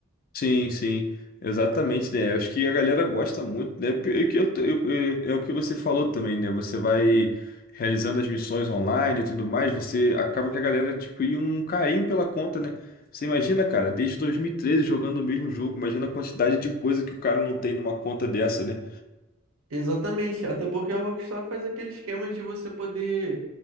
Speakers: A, on the left (about 45°); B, on the right (about 75°).
A: Sim, sim, exatamente, né? Acho que a galera gosta muito, né? Porque é que eu- eu- eu- é o que você falou também, né? Você vai realizando as missões online e tudo mais, você acaba que a galera adquire um carinho pela conta, né? Você imagina, cara, desde 2013 jogando o mesmo jogo, imagina a quantidade de coisa que o cara não tem numa conta dessa, né?
B: Exatamente, até porque a Rockstar faz aquele esquema de você poder